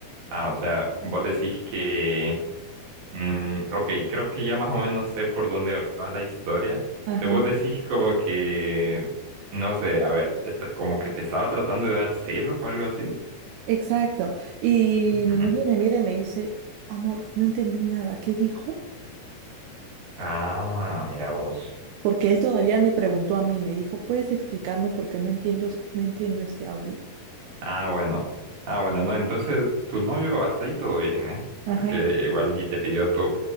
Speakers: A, on the right; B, on the right.
A: Ah, o sea, vos decís que... Mm, ok, creo que ya más o menos sé por dónde va la historia.
B: Ajá.
A: Te vos decís como que, no sé, a ver, esta- como que te estaba tratando de dar celos o algo así.
B: Exacto. Y
A: Ujú.
B: mi novio me mira y me dice, amor, no entendí nada, ¿qué dijo?
A: Ah, mira vos.
B: Porque él todavía me preguntó a mí, me dijo, ¿puedes explicarme porque no entiendo, no entiendo este audio?
A: Ah, bueno. Ah, bueno, no, entonces tu novio hasta ahí todo bien, ¿eh?
B: Ajá,
A: Porque igual y te pidió todo,